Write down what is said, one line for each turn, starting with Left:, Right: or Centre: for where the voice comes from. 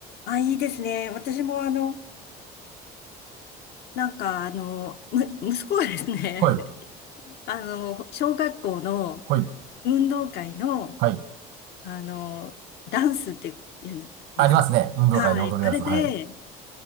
Left: あ、いいですね。私も、あの、なんか、あの、む、息子がですね、
Right: はい、
Left: あの、小学校の
Right: はい、
Left: 運動会の、
Right: はい。
Left: あの、ダンスって言うんですか。
Right: ありますね。運動会で踊るやつ。
Left: はい。あれで、
Right: はい。